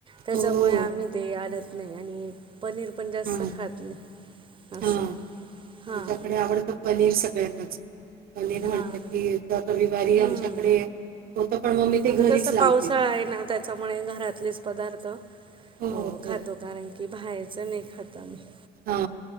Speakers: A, on the right; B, on the right.
A: त्याच्यामुळे
B: हो
A: आम्हीं ते, आडत नाही आणि पनीर पण जास्त
B: हा
A: खात नाही असं
B: हा
A: हां
B: आमच्याकडे आवडतं पनीर सगळ्यांनाच पनीर म्हटलं
A: हां
B: की, त्यात रविवारी
A: हम्म.
B: आमच्याकडे होत पण मी ते
A: आता
B: घरीच
A: कसं
B: लावते
A: पावसाळा आहे ना? त्याच्यामुळे घरातलेच पदार्थ अ
B: हो हो
A: खातो का नाही! की बाहेरचं नाही! खात आम्ही! !
B: हा!